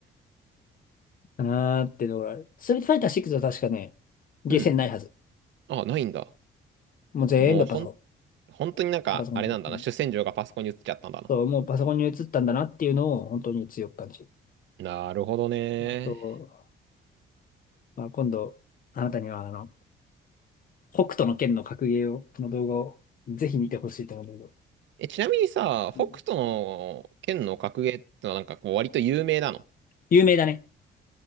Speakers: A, on the left (about 45°); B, on the right (about 70°).
A: かなーってところある。ストリートファイター6は確かね、ゲーセンないはず。
B: うん。あ、ないんだ。
A: もう全部パソコ
B: もうほん、本当になんか、
A: ン。パソコンと。
B: あれなんだな。
A: うん
B: 主戦場がパソコンに移っちゃったんだな。
A: そう、もうパソコンに移ったんだなっていうのを本当に強く感じる。
B: なるほどね。
A: あと、まあ、今度、あなたにはあの、北斗の拳の格ゲーを、の動画をぜひ見てほしいと思うんだけど。
B: え、ちなみにさ、北斗の剣の格ゲーってのはなんかこう割と有名なの。
A: うん有名だね。